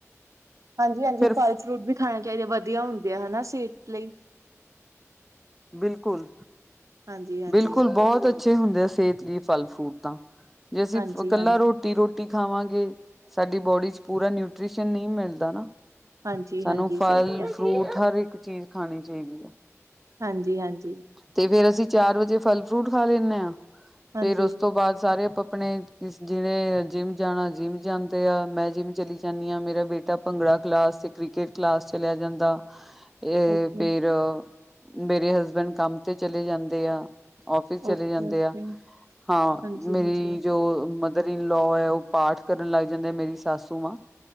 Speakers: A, on the right (about 75°); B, in the centre.
A: ਹਾਂਜੀ ਹਾਂਜੀ
B: ਫਿਰ
A: ਫਲ ਫਰੂਟ ਵੀ ਖਾਣੇ ਚਾਹੀਦੇ ਵਆ। ਵਧੀਆ ਹੁੰਦੀਆਂ ਹਨਾ ਸੇਹਤ ਲਈ।
B: ਬਿਲਕੁਲ।
A: ਹਾਂਜੀ-ਹਾਂਜੀ।
B: ਬਿਲਕੁਲ ਬਹੁਤ ਅੱਛਾ। ਅੱਛੇ ਹੁੰਦੇ ਆ ਸਿਹਤ ਲਈ ਫਲ ਫਰੂਟ ਤਾਂ। ਜੇ ਅਸੀਂ
A: ਹਾਂਜੀ-ਹਾਂਜੀ,
B: ਇਕੱਲਾ ਰੋਟੀ ਰੋਟੀ ਖਾਵਾਂਗੇ ਸਾਡੀ ਬੋਡੀ ਚ ਪੂਰਾ ਨਿਊਟ੍ਰੀਸ਼ਨ ਨਹੀਂ ਮਿਲਦਾ ਨਾ।
A: ਹਾਂਜੀ-ਹਾਂਜੀ
B: ਸਾਨੂੰ ਫਲ
A: ਸਹੀ ਕਿਹਾ
B: ਫਰੂਟ ਹਰ ਇੱਕ ਇੱਕ ਚੀਜ਼ ਖਾਣੀ ਚਾਹੀਦੀ ਹੈ।
A: ਹਾਂਜੀ ਹਾਂਜੀ।
B: ਤੇ ਫਿਰ ਅਸੀਂ ਚਾਰ ਵਜੇ ਫਲ ਫਰੂਟ ਖਾ ਲੈਂਦੇ ਹਾਂ।
A: ਹਾਂਜੀ,
B: ਫਿਰ ਉਸ
A: ਹਾਂਜੀ
B: ਤੋਂ ਬਾਅਦ ਸਾਰੇ ਆਪਣੇ ਜਿਹੜੇ ਜਿੰਮ ਜਾਣਾ ਜਿੰਮ ਜਾਂਦੇ ਆ ਮੈਂ ਜਿੰਮ ਚਲੀ ਜਾਂਦੀ ਹਾਂ ਮੇਰਾ ਬੇਟਾ ਭੰਗੜਾ ਕਲਾਸ ਤੇ ਕ੍ਰਿਕਟ ਕਲਾਸ ਚਲਿਆ ਜਾਂਦਾ। ਇਹ
A: ਓਕੇ,
B: ਫਿਰ ਮੇਰੇ ਹਸਬੈਂਡ। ਕੰਮ ਤੇ ਚਲੇ ਜਾਂਦੇ ਆ ਆਫਿਸ ਚਲੇ
A: ਓਕੇ,
B: ਜਾਂਦੇ
A: ਓਕੇ
B: ਆ ਹਾਂ
A: ਹਾਂਜੀ-ਹਾਂਜੀ,
B: ਮੇਰੀ ਜੋ ਮਦਰ ਲੋ ਹੈ ਉਹ ਪਾਠ ਕਰਨ ਲੱਗ ਜਾਂਦੇ ਮੇਰੀ ਸਾਸੂ ਮਾਂ।